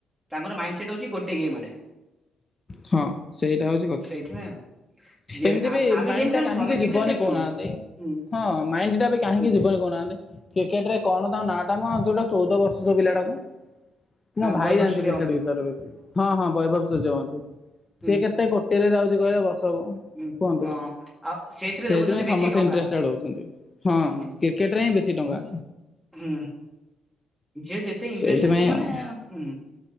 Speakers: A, in the centre; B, on the left.
A: ତାଙ୍କର ମାଇଣ୍ଡ ସେଟ ହଉଚି ଗୋଟେ ଗେମ୍ ଆଡେ।
B: ହଁ ସେଇଟା ହଉଚି କଥା।
A: ସେଇଥିପାଇଁ ଆଉ ଯେ
B: ଏମିତି ବି
A: ଆମେ
B: ମାଇଣ୍ଡ
A: ଗେମ୍ ଖେଳୁଛୁ
B: ଟା କାହିଁକି
A: ଆମେ କ୍ରିକେଟ
B: ଯିବନି
A: ଖେଳୁଛୁ।
B: କହୁନାହାନ୍ତି।
A: ହୁଁ
B: ହଁ ମାଇଣ୍ଡ ଟା ବି କାହିଁକି
A: ହୁଁ
B: ଜୀବନି କହୁନାହାନ୍ତି? କ୍ରିକେଟ ରେ କଣ ତାନାଁ ଟା ମ ଯୋଉଟା ଚଉଦ ବର୍ଷ ଯୋଉ ପିଲାଟାକୁ? ମୋ ଭାଇ
A: ବୈଭବ
B: ଜାଣିଛି
A: ସୂର୍ଯ୍ୟବଂଶୀ
B: କ୍ରିକେଟ ବିଷୟରେ ବେଶୀ ହଁ ହଁ ବୈଭବ ସୂଯ୍ୟ ବଶିଂ।
A: ହୁଁ
B: ସିଏ କେତେ କୋଟିରେ ଯାଉଚି କହିଲେ ବର୍ଷକୁ
A: ହୁଁ
B: କୁହନ୍ତୁ?
A: ହଁ ଆଉ ସେଇଥିରେ
B: ସେଇଥିପାଇଁ
A: ଦେଖୁଛନ୍ତି ବେଶୀ
B: ସମସ୍ତେ
A: ଟଙ୍କା
B: ଇଣ୍ଟଷ୍ଟେଡ ହଉଚନ୍ତି। ହଁ
A: ହୁଁ
B: କ୍ରିକେଟରେ ହିଁ ବେଶୀ ଟଙ୍କା।
A: ହୁଁ ଯିଏ ଯେତେ ଇଣ୍ଟରେଷ୍ଟ
B: ସେଇଥିପାଇଁ
A: ହେଲା ମାନେ
B: ଆଉ।
A: ହୁଁ।